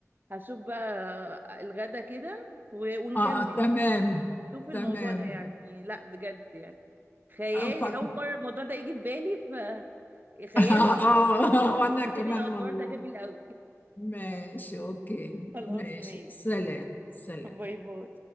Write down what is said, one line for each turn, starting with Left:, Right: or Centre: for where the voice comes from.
Right: هشوف بقى الغدا كده و- ونكمل
Left: اه تمام
Right: شوف الموضوع
Left: تمام
Right: ده يعني لا بجد يعني خيالي
Left: آه، ف-
Right: اول
Left: <laughs>
Right: مره الموضوع ده يجي في بالي فخياله
Left: اه
Right: اصلا
Left: آه، وانا
Right: تغيير
Left: كمان
Right: الادوار
Left: والله
Right: ده جميل قوي <laughs>
Left: ماشي اوكي
Right: خلاص
Left: ماشي
Right: ماشي
Left: سلام سلام
Right: باي باي